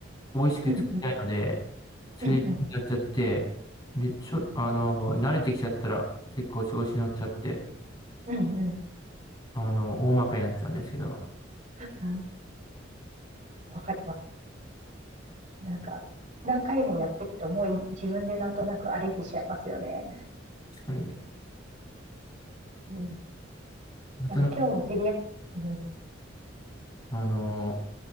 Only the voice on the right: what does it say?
うんうん、
うんうん。
はい
うんうん。
うんわかります。なんか、何回もやってるともうい自分でなんとなくアレンジしちゃいますよね。
うん。
なんか今日の照り焼き、うん。